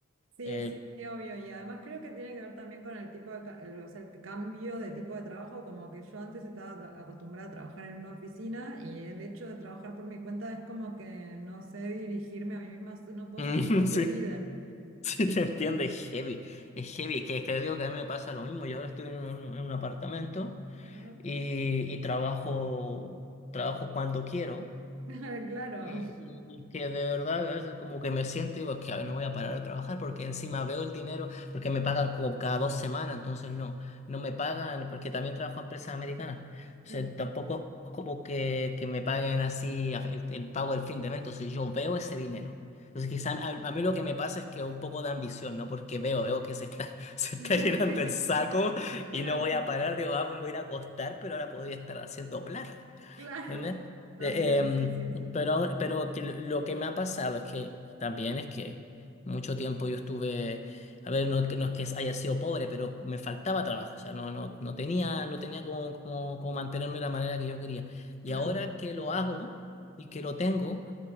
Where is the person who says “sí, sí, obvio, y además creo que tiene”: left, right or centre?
Right